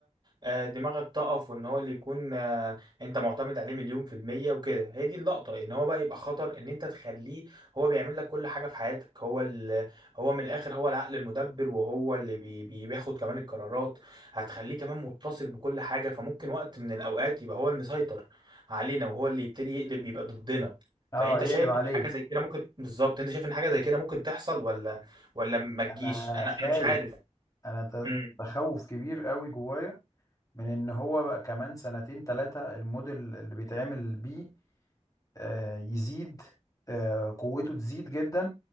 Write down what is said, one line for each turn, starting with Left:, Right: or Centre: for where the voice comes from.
Right: آه، دماغك تقف وان هو اللي يكون آه، انت معتمد عليه مليون في المية وكده هي دي اللقطة ان هو بقى يبقى خطر ان انت تخليه هو بيعمل لك كل حاجة في حياتك هو ال... هو من الاخر هو العقل المدبر وهو اللي بي... بي- بياخد كمان القرارات هتخليه كمان متصل بكل حاجة فممكن وقت من الاوقات يبقى هو المسيطر علينا وهو اللي يبتدي يقلب يبقى ضدنا
Left: اه
Right: فانت
Left: يقلب
Right: شايف
Left: عليك
Right: ان حاجة زي كده ممكن بالظبط انت شايف ان حاجة زي كده ممكن تحصل ولا ولا ما تجيش
Left: انا
Right: انا
Left: خايف
Right: انا مش عارف
Left: انا ت-
Right: امم
Left: تخوف كبير قوي جوايا من ان هو بقى كمان سنتين ثلاثة الموديل اللي بيتعمل بيه آه يزيد آه قوته تزيد جدا